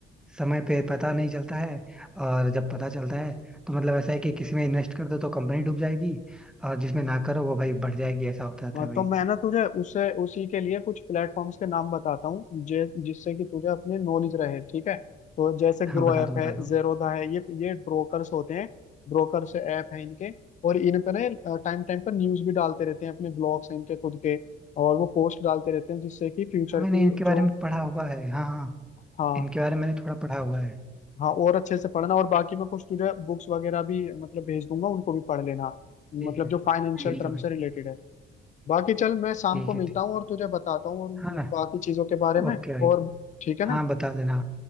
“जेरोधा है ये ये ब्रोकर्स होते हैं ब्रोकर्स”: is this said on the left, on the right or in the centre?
Left